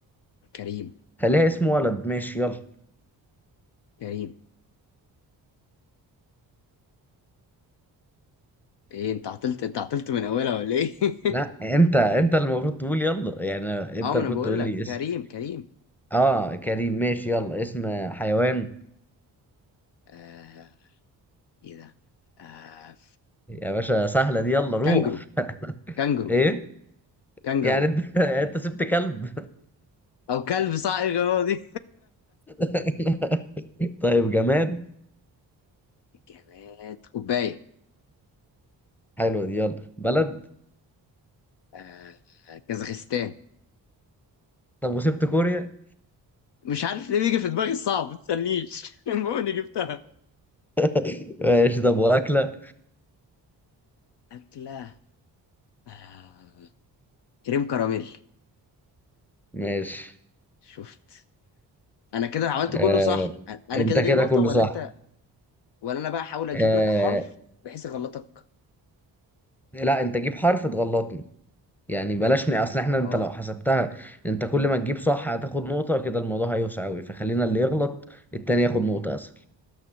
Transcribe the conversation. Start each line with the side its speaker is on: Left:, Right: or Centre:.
Left: كريم
Centre: خليها اسم ولد ماشي يلا
Left: كريم ايه انت عطلت انت عطلت من اولها ولا ايه؟ <laughs>
Centre: لا انت انت اللي المفروض تقول يلا يعني انت
Left: اه ما
Centre: المفروض
Left: انا بقول
Centre: تقول
Left: لك
Centre: لي اسم
Left: كريم كريم
Centre: اه كريم ماشي يلا اسم حيوان
Left: آه ايه ده آه...
Centre: يا باشا سهلة دي يلا روح
Left: كانجرو كانجرو
Centre: ايه
Left: كانجرو
Centre: يعني انت <laughs> انت سبت كلب
Left: او كلب صائغ هو دي
Centre: <laughs> طيب جماد
Left: جماد كوبايه
Centre: حلو دي يلا بلد
Left: آه... كازاخستان
Centre: طب وسبت كوريا
Left: مش عارف ليه بيجي في دماغي الصعب ما تستنيش <laughs> المهم جبتها
Centre: <laughs> ماشي طب واكلة
Left: اكله آه... كريم كراميل
Centre: ماشي
Left: شفت انا كده عملت
Centre: آه
Left: كله صح انا
Centre: انت
Left: كده
Centre: كده
Left: ليا نقطه
Centre: كله
Left: ولا
Centre: صح
Left: انت ولا انا بقى احاول اجيب
Centre: آه
Left: لك حرف بحيث اغلطك
Centre: لا انت جيب حرف تغلطني يعني بلاش ن- اصل احنا
Left: اه
Centre: انت لو حسبتها انت كل ما تجيب صح هتاخد نقطة كده الموضوع هيوسع قوي فخلينا اللي يغلط التاني ياخد نقطة اسهل